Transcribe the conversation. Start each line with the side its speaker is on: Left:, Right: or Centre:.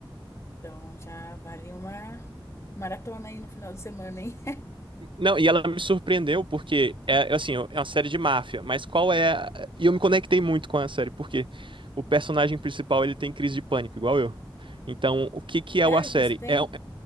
Left: Então já vale uma maratona aí no final de semana, hein?
Right: Não, e ela me surpreendeu porque é assim, é uma série de máfia, mas qual é a- E eu me conectei muito com a série, porque o personagem principal ele tem crise de pânico, igual eu. Então, o que
Left: <laughs>
Right: que é
Left: Sério
Right: o- a série?
Left: que você tem?
Right: É,